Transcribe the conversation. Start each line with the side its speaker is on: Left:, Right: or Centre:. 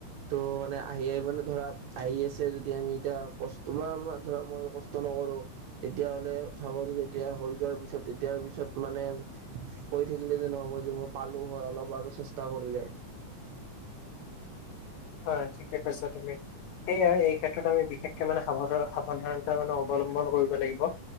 Right: ত' মানে আহি আহ মানে ধৰা আহি আছে যদি আমি এতিয়া কষ্ট তোমাৰ ধৰা মই ক ষ্ট নকৰো তেতিয়াহ'লে চাব যে যেতিয়া হৈ যোৱাৰ পিছত তেতিয়াৰ পিছত মানে কৈ থাকিলে যে ন'হব যে মই পালো হয় অলপ আৰু চেষ্টা কৰিলে।
Left: হয়, ঠিকে কৈছা তুমি। সেয়াই এই ক্ষেত্ৰত আমি বিশেষকে মানে সাৱান সাৱধানতা মানে অৱলম্বন কৰিব লাগিব।